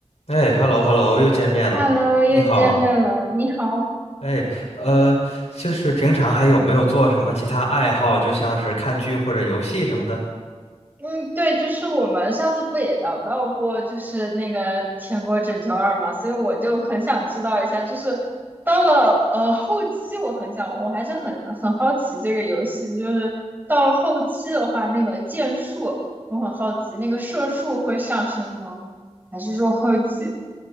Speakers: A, on the left (about 75°); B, on the right (about 15°).
A: 哎，hello hello，又见面了，
B: Hello，又见面了，
A: 你好。
B: 你好。
A: 哎，呃，就是平常还有没有做什么其他爱好，就像是看剧或者游戏什么的？
B: 嗯，对，就是我们上次不也聊到过，就是那个《天国拯救二》嘛，所以我就很想知道一下，就是到了呃后期，我很想玩，我还是很很好奇这个游戏，就是到了后期的话，那个剑术，我很好奇，那个射术会上升吗？还是说后期？